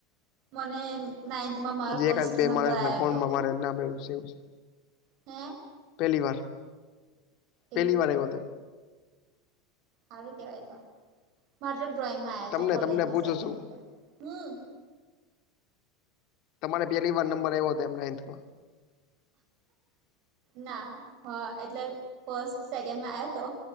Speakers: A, on the right; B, on the left.
A: મને નાઈન્થમાં મારો
B: હજી
A: ફર્સ્ટ
B: એકાદ બે
A: નંબર
B: માણસને
A: આવ્યો
B: ફોનમાં મારે નામ એવું છે એવું છે
A: હમ
B: પહેલી વાર પહેલી
A: એવું
B: વા એ બતે
A: સારું કેવાય તો મારે તો ડ્રોઈંગમાં આવ્યા
B: તમને
A: હતો કોલેજમાં
B: તમને પૂછું
A: સેકન્ડ
B: છું
A: નંબર હમ
B: તમારે પેલી વાર નંબર આવ્યો હતો એમ નાઇન્થમાં <unintelligible>
A: ના હા એટલે ફસ્ટ સેકન્ડમાં આવ તો